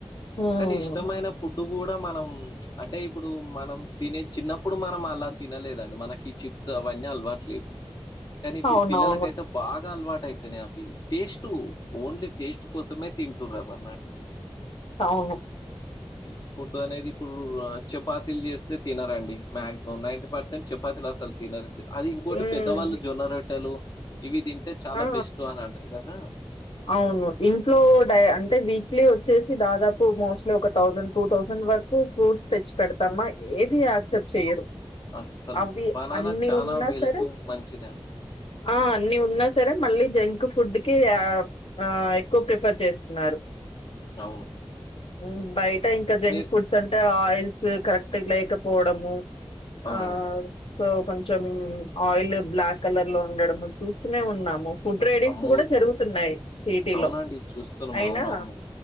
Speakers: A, on the left; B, on the left.
A: హ్మ్.
B: కానీ ఇష్టమైన ఫు ప్పుడు కూడా మనం అంటే ఇప్పుడు మనం తినే చిన్నప్పుడు మనం అలా తినలేదండి మన కి చిప్స్ అవన్నీ అలవాటు లేవు కానీ ఇప్పుడు
A: అవునవును.
B: పిల్లలకైతే బాగ అలవాటు టైపోయినాయి అవి టేస్ట్ ఓన్లీ టేస్ట్ కోసమే తింటుర్రు ఆ
A: అవును
B: హెల్త్ ఫుడ్ అనేది ఇప్పుడు చపాతీలు చేస్తే తినరాండి మాక్సిమం నైన్టి పర్సెంట్ చే పతిలు అసలు తినరు చిర కోటి
A: హ్మ్.
B: పెద్దవాళ్ళు జొన్న రొట్టెలు ఇవి తింటే చాలా
A: ఆ
B: బెస్ట్ అని అంటారు కదా
A: అవును ఇంట్లో డయ్ అంటే వి క్లి వచ్చేసి దాదాపు మోస్ట్లీ ఒక థౌసండ్ టూ థౌసండ్ వరకు ఫ్రూట్స్ తెచ్చి పెడుతామా ఏది అక్సప్ చెయ్యరు
B: అస్సలు
A: అవి
B: బనానా
A: అన్ని
B: చానా
A: ఉన్నా
B: వెళ్తూ
A: సరే
B: మంచిదండి
A: ఆ అన్ని ఉన్నా సరే మళ్ళీ జంక్ ఫుడ్ కి అ ఎక్కువ ప్రిఫర్ చేస్తున్నారు
B: అవును కరెక్ట్ అండి
A: మ్ బయట ఇంకా జంక్
B: మీరు
A: ఫుడ్స్ అంటే ఆయి ల్స్ కరెక్ట్ లేకపోడము
B: అవునండి
A: అ సో కొంచెం ఆయిల్ బ్లాక్ కలర్ లో ఉండడం చూస్తూనే ఉన్నాము
B: అ-
A: ఫుడ్
B: అ-
A: రేడింగ్స్
B: అమ్మో
A: కూడా జరుగుతున్నాయి సిటీలో
B: అవునండి చూస్తున్నాం
A: అయినా
B: అవునవును